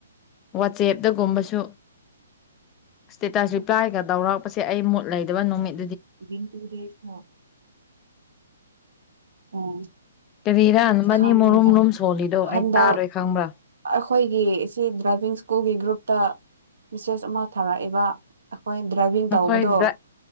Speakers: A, on the left; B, on the right.
A: ꯋꯥꯆꯦꯞꯇꯒꯨꯝꯕꯁꯨ ꯏꯁꯇꯦꯇꯁ ꯔꯤꯄ꯭ꯂꯥꯏꯒꯗꯧꯔꯛꯄꯁꯦ ꯑꯩ ꯃꯨꯠ ꯂꯩꯗꯕ ꯅꯨꯃꯤꯠ
B: ꯗꯤꯡ ꯇꯨ ꯗꯦꯁꯇꯥ ꯎꯝ
A: ꯀꯔꯤꯔꯥ ꯅꯕꯅꯤ
B: ꯈꯪꯗ꯭ꯔ
A: ꯃꯔꯨꯝ ꯔꯨꯝ ꯁꯣꯜꯂꯤꯗꯣ
B: ꯍꯟꯗꯛ
A: ꯑꯩ ꯇꯥꯔꯣꯏ ꯈꯪꯕ꯭ꯔꯥ
B: ꯑꯩꯈꯣꯏꯒꯤ ꯁꯤ ꯗ꯭ꯔꯥꯏꯚꯤꯡ ꯁ꯭ꯀꯨꯜꯒꯤ ꯒ꯭ꯔꯨꯞꯇ ꯃꯦꯁꯦꯁ ꯑꯃ ꯊꯥꯔꯛꯏꯕ ꯍꯣꯏ ꯗ꯭ꯔꯥꯏꯚꯤꯡ
A: ꯅꯈꯣꯏꯗ
B: ꯇꯧꯕꯗꯣ